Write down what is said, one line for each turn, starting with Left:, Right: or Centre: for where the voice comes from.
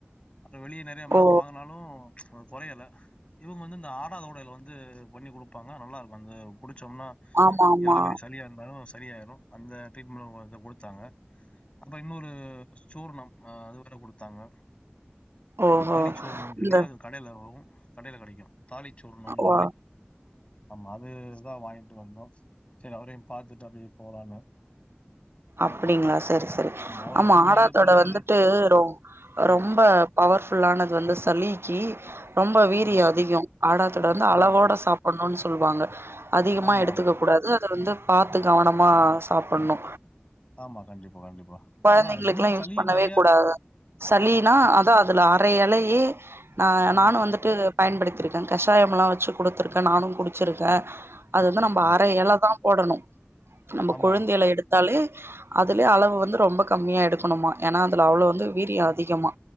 Left: அப்றோ வெளிய நறைய மருந்து
Right: ஓ
Left: வாங்னாலு அது கொறையல இவுங்க வந்து இந்த ஆடா <unintelligible> வந் து பண்ணி குடுப்பாங்க நல்லாருக்கு அந்த குடிச்சம்னா
Right: ஆமா ஆமா
Left: எவ்ளோ பெரிய சளியாருந்தாலு சரியாயிரு அந்த ட்ரீட்மெண்ட் அது குடுத்தாங்க அப்றோ இன்னொரு சூர்ணம் <unintelligible> குடுத்தாங்க
Right: ஓஹோ
Left: தாலி சூரணம் சொல்லி
Right: இந்த
Left: அது கடையிலவு கடையில கெடைக்கு தாலிச்சூரனம்னு
Right: ஓ
Left: ஆமா அதுதா வாங்கிட்டு வந்தோ செரி அவரையு பாத்துட்டு அப்டியே போலான்னு
Right: அப்டிங்களா செரி செரி
Left: அவரு
Right: ஆமா
Left: சுகரு,
Right: ஆடாத்தோட
Left: பிரஷரு
Right: வந்துட்டு ரொம்
Left: ம்.
Right: ரொம்ப பவர்புல்லானது வந்து சளிக்கி ரொம்ப வீரிய
Left: ஆமா,
Right: அதிக ஆடாத்தோட வந்து அளவோட
Left: ஆமா,
Right: சாப் பண்ணுன்னு சொல்லுவாங்க அதிகமா
Left: ஆமாமா,
Right: எடுத்துக்க
Left: ஆமா.
Right: கூடாது அத வந்து பாத்து கவனமா சாப்பிடணு
Left: ஆமா கண்டிப்பா கண்டிப்பா
Right: கொழந்தைங்களுக்கெல்லா
Left: அதான் ரொம்ப
Right: யூஸ்
Left: சளி
Right: பண்ணவே
Left: நெறையா
Right: கூடாது சளியே
Left: ஆமா,
Right: அதா அதுல அர எலையே நா
Left: ஆமா.
Right: நானு வந்துட்டு பயன்படுத்தியிருக்கே கஷாயமலா வெச்சு குடுத்துருக்கே நானு குடிச்சிருக்கே அது வந்து நம்ம
Left: ஓ!
Right: அர எல தா போடணு நம்ம
Left: ஆமாமா,
Right: கொழுந்து எல எடுத்தாலே அதுலயே அளவு வந்து ரொம்ப கம்மியா எடுக்கணுமா ஏன்னா அதுல அவ்ளோ வந்து வீரிய அதிகமா